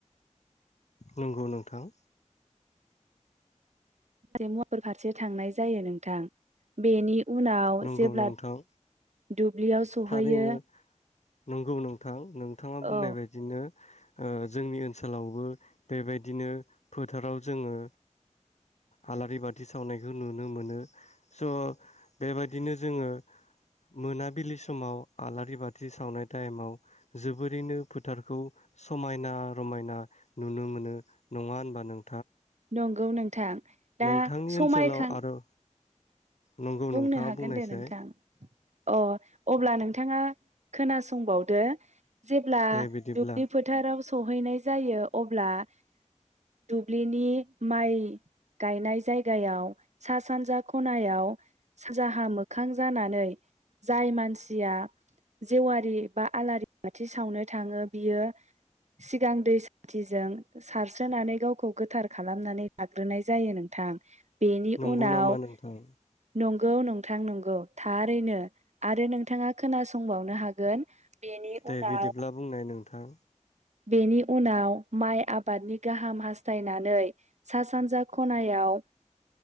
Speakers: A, on the left; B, on the right.
A: नंगौ नोंथां।
B: माखासे मुवाफोर फारसे थांनाय जायो नोंथां बेनि उनाव
A: नंगौ
B: जेब्ला
A: नोंथां
B: दुब्लियाव सहैयो
A: थारैनो नंगौ नोंथां नोंथाङा बुंनाय
B: औ
A: बायदिनो ओ जोंनि ओनसोलावबो बेबायदिनो फोथाराव जोङो आलारि बाथि सावनायखौ नुनो मोनो स' बेबायदिनो जोङो मोनाबिलि समाव आलारि बाथि सावनाय टाइमाव जोबोरैनो फोथारखौ समायना रमायना नुनो मोनो नङा होनबा नों
B: नंगौ नोंथां दा
A: नोंथांनि
B: समायखां
A: ओनसोलाव आरो नंगौ
B: बुंनो
A: नोंथाङा
B: हागोन
A: बुंनायसाय
B: दे नोंथां अ अब्ला नोंथाङा खोनासंबावदो जेब्ला
A: दे बिदिब्ला
B: दुब्लि फोथाराव सहैनाय जायो अब्ला दुब्लिनि माइ गायनाय जायगायाव सा सानजा खनायाव साजाहा मोखां जानानै जाय मानसिया जेवारि बा आलारि बाथि सावनो थाङो बियो सिगां दै सान्थिजों सारस्रोनानै गावखौ गोथार खालामनानै लाग्रोनाय जायो नोंथां। बेनि
A: नंगौ
B: उनाव
A: नामा नोंथां
B: नंगौ नोंथां नंगौ थारैनो आरो नोंथाङा खोनासंबावनो हागोन। बेनि
A: दे
B: उनाव
A: बिदिब्ला बुंनाय नोंथां
B: बेनि उनाव माइ आबादनि गाहाम हास्थायनानै सा सानजा खनायाव